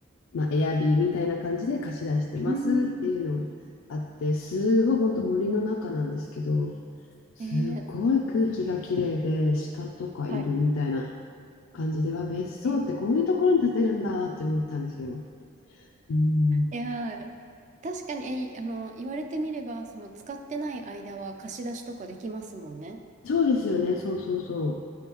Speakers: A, on the left; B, on the right.
A: まあ、エアビーみたいな感じで貸し出してますっていうのがあって、
B: うーん。
A: すごい本当森の中なんですけど、すっごい空気がきれいで鹿とかいるみたいな
B: えー、はい。
A: 感じでは別荘ってこういうところに建てるんだって思ったんですよ。
B: えー、
A: うん、
B: いやー、確かに、えー、あの、言われてみれば、その使ってない間は貸し出しとかできますもんね。
A: そうですよね、そうそうそう。